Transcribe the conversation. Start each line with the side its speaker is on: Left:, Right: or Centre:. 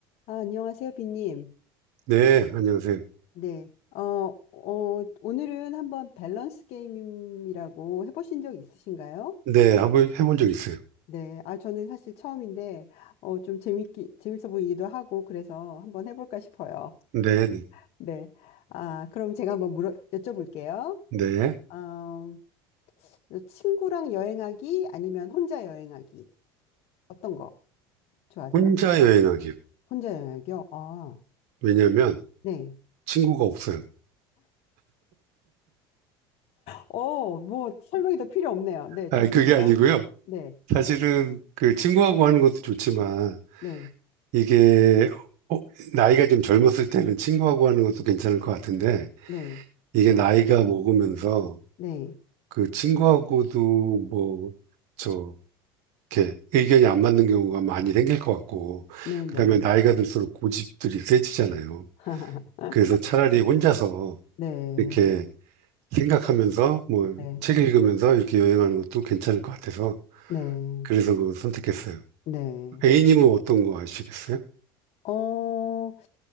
Left: 아, 안녕하세요, 비님.
Right: 네, 안녕하세요.
Left: 네. 어, 어, 오늘은 한번 밸런스 게임이라고 해보신 적 있으신가요?
Right: 네, 한번 해본 적 있어요.
Left: 네. 아, 저는 사실 처음인데, 어, 좀 재밌기, 재밌어 보이기도 하고, 그래서 한번 해볼까 싶어요.
Right: 네, 네,
Left: 네. 아, 그럼 제가 한번 물어, 여쭤볼게요.
Right: 네.
Left: 어, 친구랑 여행하기 아니면 혼자 여행하기. 어떤 거 좋아하세요?
Right: 혼자 여행하기요.
Left: 혼자 여행하기요? 아,
Right: 왜냐면
Left: 네.
Right: 친구가 없어요.
Left: 어, 뭐, 설명이 더 필요 없네요. 네, 좋습니다.
Right: 아, 그게 아니고요.
Left: 네,
Right: 사실은 그 친구하고 하는 것도 좋지만
Left: 네.
Right: 이게 어, 나이가 좀 젊었을 때는 친구하고 하는 것도 괜찮을 것 같은데
Left: 네,
Right: 이게 나이가 먹으면서
Left: 네,
Right: 그 친구하고도 뭐 저 이렇게 의견이 안 맞는 경우가 많이 생길 것 같고
Left: 네, 네,
Right: 그다음에 나이가 들수록 고집들이 세지잖아요.
Left: <laughs>
Right: 그래서 차라리 혼자서
Left: 네,
Right: 이렇게 생각하면서 뭐
Left: 네,
Right: 책 읽으면서 이렇게 여행하는 것도 괜찮을 것 같아서
Left: 네,
Right: 그래서 그거 선택했어요.
Left: 네.
Right: A님은 어떤 거 하시겠어요?
Left: 어,